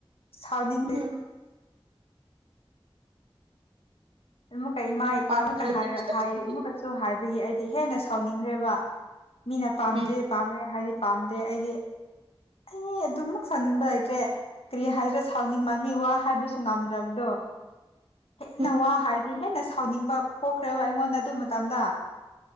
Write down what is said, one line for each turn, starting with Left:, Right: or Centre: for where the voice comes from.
Left: ꯁꯥꯎꯅꯤꯡ
Right: ꯎꯝ
Left: ꯑꯃꯨꯛꯀ ꯏꯃꯥ ꯏꯄꯥ
Right: ꯄꯥꯝꯗ꯭ꯔꯗꯤ
Left: ꯑꯃꯀ
Right: ꯀꯗꯥꯏꯗꯒꯤ
Left: ꯍꯥꯏ ꯑꯃꯨꯛꯀꯁꯨ ꯍꯥꯏꯕꯒꯤ ꯑꯩꯗꯤ ꯍꯦꯟꯅ ꯁꯥꯎꯅꯤꯡꯈ꯭ꯔꯦꯕ ꯃꯤꯅ ꯄꯥꯝꯗ꯭ꯔꯦ
Right: ꯎꯝ
Left: ꯄꯥꯝꯗꯦ ꯍꯥꯏꯗꯤ ꯄꯥꯝꯗ꯭ꯔꯦ ꯑꯩꯗꯤ ꯑꯩ ꯑꯗꯨꯝꯃꯛ ꯁꯥꯎꯅꯤꯡꯕ ꯂꯩꯇ꯭ꯔꯦ ꯀꯔꯤ ꯍꯥꯏꯁꯤꯔ ꯁꯥꯎꯅꯤꯡꯃꯟꯕꯒꯤ ꯋꯥ ꯍꯥꯏꯕꯁꯨ ꯉꯝꯗ꯭ꯔꯕꯗꯣ ꯍꯦꯟꯅ
Right: ꯎꯝ
Left: ꯋꯥ ꯍꯥꯏꯔꯗꯤ ꯍꯦꯟꯅ ꯁꯥꯎꯅꯤꯡꯕ ꯄꯣꯛꯈ꯭ꯔꯦꯕ ꯑꯩꯉꯣꯟꯗ ꯑꯗꯨ ꯃꯇꯝꯗ